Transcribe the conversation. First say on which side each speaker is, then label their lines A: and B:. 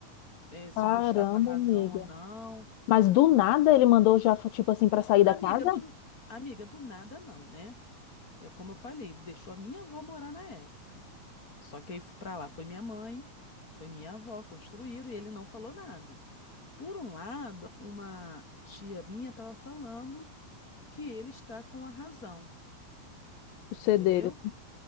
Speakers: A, on the left; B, on the left.
A: É, se
B: Caramba,
A: eu vou estar com a razão
B: amiga.
A: ou não.
B: Mas do
A: A-
B: nada ele mandou já, tipo assim, pra sair
A: Amiga
B: da casa?
A: do amiga do nada não, né? É como eu falei, ele deixou a minha avó morar na época. Só que aí f- pra lá foi minha mãe, foi minha avó, construíram e ele não falou nada. Por um lado, uma tia minha estava falando que ele está com a razão,
B: O C
A: entendeu?
B: dele,